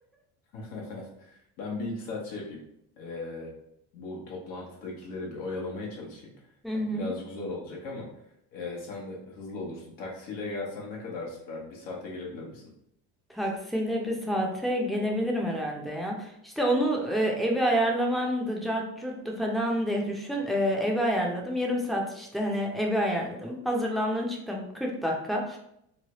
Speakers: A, on the left; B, in the centre.
A: <laughs> ben bir iki saat şey yapayım. Ee, bu toplantıdakileri bir oyalamaya çalışayım.
B: Hı hı.
A: Ya, birazcık zor olacak ama ee, sen de hızlı olursun. Taksiyle gelsen ne kadar sürer? Bir saate gelebilir misin?
B: Taksiyle bir saate gelebilirim herhalde ya. İşte onu e, evi ayarlamam da cart curttu falan diye düşün. E, evi ayarladım. Yarım saat işte hani evi ayarladım. Hazırlandım çıktım 40 dakika.